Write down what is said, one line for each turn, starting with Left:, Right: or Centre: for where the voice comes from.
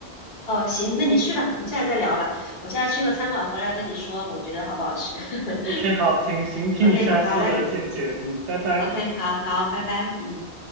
Left: 哦，行，那你去吧，我们下次再聊吧。我现在去个餐馆回来跟你说，
Right: 嗯
Left: 我觉得好不好吃。<laughs>
Right: ，OK，好，行行，听你下次的见解，
Left: OK，好嘞
Right: 嗯，拜拜。
Left: ，OK，好好，拜拜，嗯。